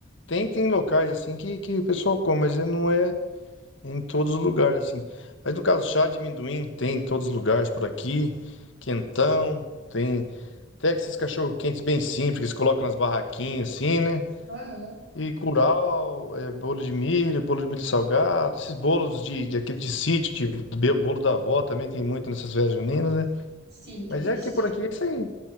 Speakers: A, on the left; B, on the right.
A: tem, tem locais assim que, que o pessoal come, mas ele não é em todos os lugares assim. Mas no caso, chá de amendoim tem em todos os lugares por aqui, quentão, tem até esses cachorro-quentes bem simples que eles colocam nas barraquinhas assim, né?
B: Aham.
A: E curau, é, bolo de milho, bolo de milho salgado, esses bolos de, de aquele de sítio, de, de be- bolo da avó também tem muito nessas festas juninas, né?
B: Sim, que
A: Mas
B: delícia.
A: é aqui por aqui é isso aí.